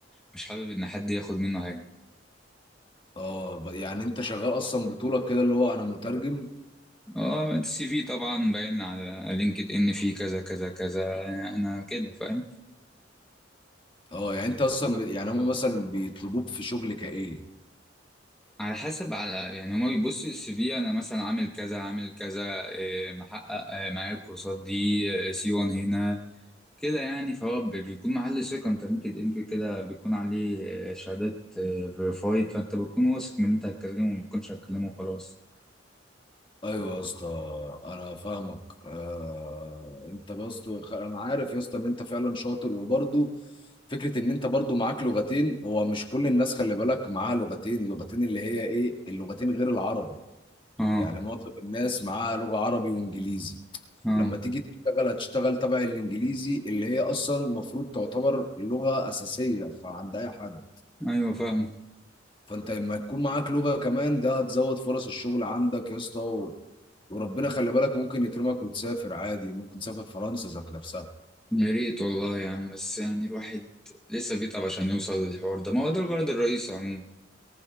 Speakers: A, in the centre; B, on the left (about 25°).
A: مش حابب إن حد ياخد منه حاجة
B: اه ب- يعني انت شغال اصلا بطولك كده اللي هو انا مترجم
A: اه السي في طبعا باين على لينكد إن فيه كذا كذا كذا أنا كده فاهم
B: اه يعني انت اصلا يعني هم مثلا بيطلبوك في شغل كايه
A: على حسب على يعني هما بيبصوا السي في انا مثلا عامل كذا عامل كذا إيه، محقق إيه، معايا الكورسات دي سي 1 هنا كده يعني فهو بي- بيكون محل ثقة انت لينكد ان كده كده بيكون عليه إيه، شهادات فيريفايد فانت بتكون واثق من اللي انت هتكلمه وما بتكونش هتكلمه خلاص
B: ايوه يا اسطى انا فاهمك آه انت يا اسطى خ- انا عارف يا اسطى ان انت فعلا شاطر وبرضه فكره ان انت برضه معاك لغتين هو مش كل الناس خلي بالك معاها لغتين لغتين اللي هي ايه اللغتين غير العربي
A: اه
B: يعني معظم الناس معاها لغه عربي وانجليزي
A: اه
B: لما تيجي تشتغل هتشتغل تبع الانجليزي اللي هي اصلا المفروض تعتبر لغه اساسيه فعند اي حد
A: ايوه فاهم
B: فانت لما يكون معاك لغه كمان ده هتزود فرص الشغل عندك يا اسطى وربنا خلي بالك ممكن يكرمك وتسافر عادي ممكن تسافر فرنسا ذات نفسها
A: يا ريت والله يا عم بس يعني الواحد لسه بيتعب عشان يوصل للحوار ده ما هو ده الغرض الرئيسي عموما